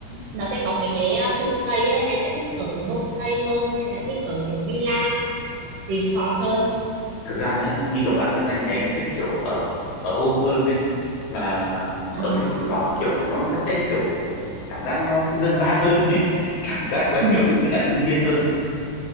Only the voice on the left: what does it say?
thực ra là như kiểu bản thân anh thì anh thích kiểu ở ở home hơn đấy là
ở mấy cái resort kiểu nó nó sẽ kiểu cảm giác nó sẽ dân dã hơn ấy. <laughs> cảm giác vậy
kiểu tự mới cả tự nhiên hơn đấy